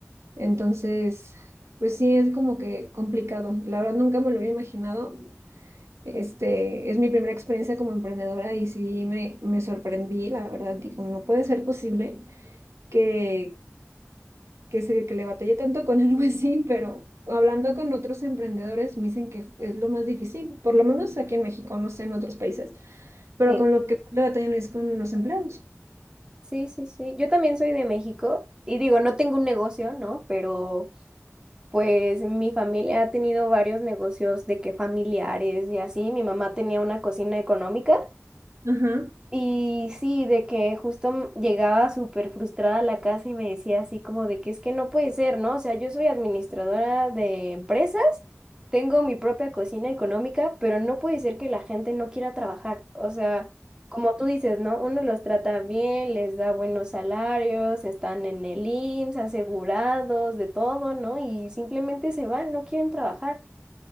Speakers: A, on the right; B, on the right.
A: Entonces, pues sí, es como que complicado. La verdad nunca me lo había imaginado. Este, es mi primera experiencia como emprendedora y sí me, me sorprendí, la verdad, digo, no puede ser posible que que, se, que le batallé tanto con <laughs> algo así, pero hablando con otros emprendedores me dicen que es lo más difícil, por lo menos aquí en México, no sé, en otros países, pero
B: sí.
A: con lo que más le batallan es con los empleados.
B: Sí, sí, sí. Yo también soy de México y digo, no tengo un negocio, ¿no? Pero pues mi familia ha tenido varios negocios de que familiares y así. Mi mamá tenía una cocina económica
A: Ajá,
B: y sí, de que justo m- llegaba súper frustrada a la casa y me decía así como de que es que no puede ser, ¿no? O sea, yo soy administradora de empresas, tengo mi propia cocina económica, pero no puede ser que la gente no quiera trabajar. O sea, como tú dices, ¿no? Uno los trata bien, les da buenos salarios, están en el IMSS, asegurados, de todo, ¿no? Y simplemente se van, no quieren trabajar.